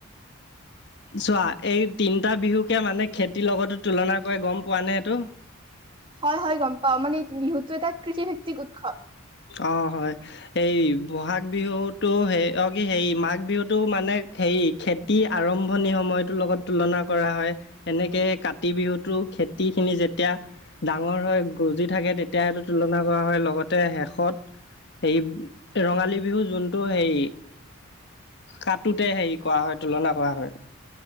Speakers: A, on the left (about 50°); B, on the right (about 25°).
A: চোৱা এই তিনিটা বিহুকে মানে খেতিৰ লগতো তুলনা কৰে গ'ম পোৱা নে এইটো?
B: হয়, হয়, গ'ম পাওঁ মানে বিহুতটো এটা কৃষি ভিত্তিক উৎসৱ।
A: অ', হয়। এইে বহাগ বিহুটো সে কি হেৰি মাঘ বিহুটো মানে হেৰি খেতি আৰম্ভণি সময়টোৰ লগত তুলনা কৰা হয়। এনেকে কাতি বিহুতো খেতি খিনি যেতিয়া ডাঙৰ হৈ গজি থাকে তেতিয়া সেটো তুলনা কৰা হয় লগতে শেষত হেই ৰঙালী বিহু যোনটো হেৰি কাটোতে হেৰি কৰা হয় তুলনা কৰা হয়।